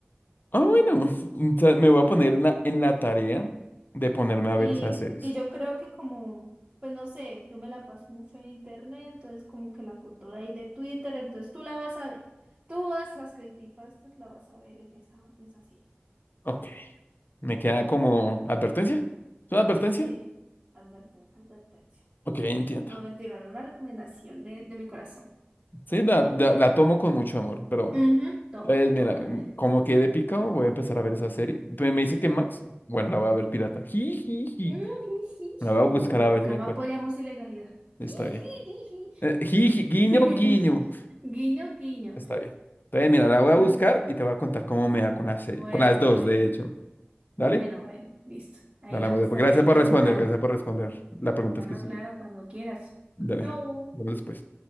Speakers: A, on the left (about 55°); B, on the right (about 20°).
A: Ah, bueno,
B: Ah, Pues,
A: <laughs> entonces me voy
B: velo.
A: a poner na- en la tarea de ponerme a
B: Y,
A: ver esas series.
B: y yo creo que como, pues no sé, yo me la paso mucho en internet, entonces como que la cultura ahí de Twitter, entonces tú la vas a ver. Tú vas, las creepypastas la vas a ver en esa, en esa serie.
A: Ok, me queda como advertencia. ¿Es una advertencia?
B: Sí, advertencia, advertencia.
A: Ok, entiendo.
B: No, mentira, no una recomendación de, de mi corazón.
A: Sí, la, la- la tomo con mucho amor, pero bueno.
B: Ujú, Tómala,
A: Pues mira,
B: tómala.
A: mm, como quedé picado, voy a empezar a ver esa serie. Pe- Me dice que Max, bueno, la voy a ver pirata. Ji, ji, ji.
B: Mm, <laughs> ji, ji,
A: Me la voy
B: ji.
A: a
B: No,
A: buscar
B: no,
A: a ver
B: acá
A: si la encuentro.
B: no apoyamos ilegalidad. <laughs>
A: Está
B: Ji,
A: bien.
B: ji, ji,
A: Eh, ji, ji,
B: ji.
A: guiño,
B: <laughs>
A: guiño.
B: Guiño, guiño.
A: Está bien. Entonces, mira, la
B: Bueno,
A: voy a buscar y te voy a contar cómo me va con las seis-
B: bueno,
A: con las dos,
B: bebé.
A: de hecho. ¿Dale?
B: Bueno, bueno, listo. Ahí
A: Hablamos
B: yo te
A: después.
B: estaré
A: Gracias
B: preguntando.
A: por responder, gracias por responder la pregunta
B: Claro,
A: específica.
B: claro, cuando quieras.
A: Dale,
B: Chau.
A: hablamos después.